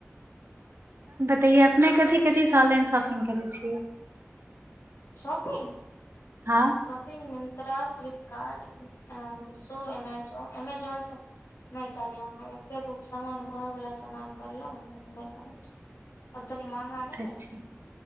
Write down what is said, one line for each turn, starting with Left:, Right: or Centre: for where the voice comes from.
Right: तऽय अपने कथिी कथीसँ ऑनलाइन शॉपिंग करै छियै
Left: शॉपिंग
Right: हँ
Left: शॉपिंग मिन्त्रा फ्लिपकार्ट मिशो अमेजोन अमेजोनसँ न करल ह क तू सान घर बालला समामान करलो त नहि करै छी तनी महंगा नहि
Right: अछा
Left: रहे